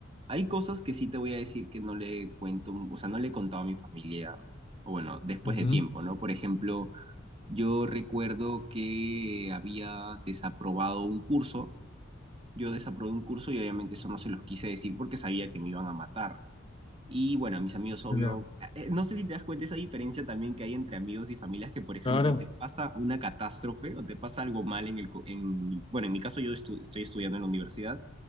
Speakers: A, on the right; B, on the left.
A: hay cosas que sí te voy a decir que no le cuento, o sea, no le he contado a mi familia, o bueno, después
B: Ujú.
A: de tiempo, ¿no? Por ejemplo, yo recuerdo que había desaprobado un curso, yo desaprobé un curso y obviamente eso no se los quise decir porque sabía que me iban a matar. Y bueno, a mis amigos, obvio,
B: Ya,
A: eh, no sé si te das cuenta esa diferencia también que hay entre amigos y familias que, por ejemplo,
B: Claro,
A: te pasa una catástrofe o te pasa algo mal en el, co- en, bueno, en mi caso yo estu- estoy estudiando en la universidad,